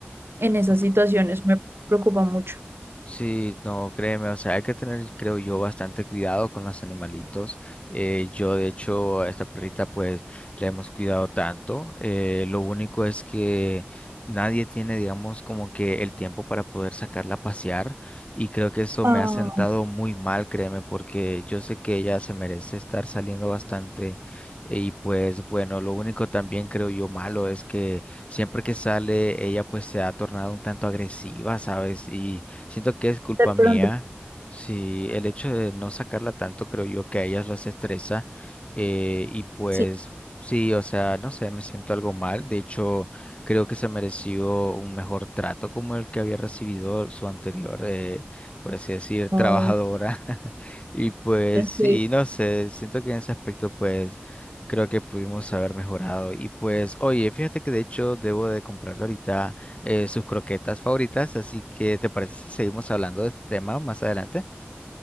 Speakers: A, on the right; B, on the left.
A: en esas
B: ujú,
A: situaciones. Me preocupa mucho.
B: Sí, no, créeme, o sea, hay que tener, creo yo, bastante cuidado con los animalitos. Eh, yo, de hecho, a esta perrita, pues, la hemos cuidado tanto. Eh, lo único es que nadie tiene, digamos, como que el tiempo para poder sacarla a pasear. Y creo que eso
A: Ah,
B: me ha sentado muy mal, créeme, porque yo sé que ella se merece estar saliendo bastante. Y pues, bueno, lo único también, creo yo, malo es que siempre que sale, ella, pues, se ha tornado un tanto agresiva, ¿sabes? Y Siento que es culpa
A: de pronto,
B: mía. Si el hecho de no sacarla tanto, creo yo que a ellas las estresa. eh, y pues
A: sí.
B: sí, o sea, no sé, me siento algo mal. De hecho, creo que se mereció un mejor trato como el que había recibido su anterior, eh, por así decir, trabajadora.
A: Ah,
B: <laughs> Y pues sí,
A: sí,
B: no sé, siento que en ese aspecto, pues creo que pudimos haber mejorado. Y pues, oye, fíjate que de hecho debo de comprarlo ahorita eh, sus croquetas favoritas. Así que, ¿te parece si seguimos hablando de este tema más adelante?